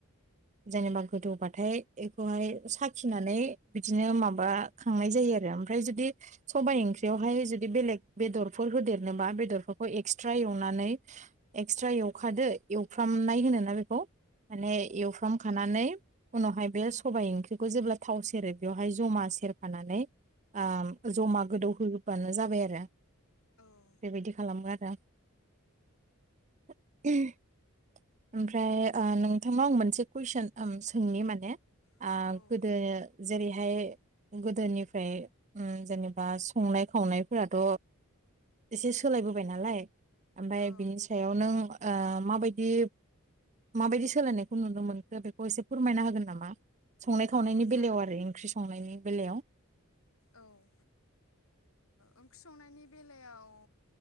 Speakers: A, on the right; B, on the left.
A: जेनबानै गोदौबाथाय इखौ फाय साखिनानै बिदिनो माबा खांनाय जायो आरो ओमफ्राय जुदि सबाइ ओंख्रियावहाय जुदि बेलेग बेदरफोर होदेरनो बा बेदरफोरखौ एक्सट्रा एवनानै एक्सट्रा एवखादो एवफ्रामनाय होनोना बेखौ माने इउफ्राम खानानै उनावहाय बे सबाय ओंख्रिखौ जेब्ला थाव सेरो बेवहाय जमा सेरफानानै आ जमा गोदौ होबानो जाबाय आरो
B: आरो
A: बेबायदि खालामो आरो <unintelligible> ओमफ्राय आ नोंथांनाव आं मोनसे कुइसन ओम सोंनि माने
B: औ
A: आ गोदो जेरैहाय गोदोनिफ्राय ओ जेनेबा संनाय खावनायफोराथ' एसे सोलायबोबाय नालाय ओमफाय
B: औ
A: बिनि सायाव नों ओ माबायदि माबायदि सोलायनायखौ नुनो मोनखो बेखौ एसे फोरमायना होगोन नामा संनाय खावनायनि
B: औ
A: बेलायाव
B: जागोन
A: आरो
B: दे
A: ओंख्रि संनायनि बेलायाव
B: औ ओ ओं ओंख्रि संनायनि बेलायाव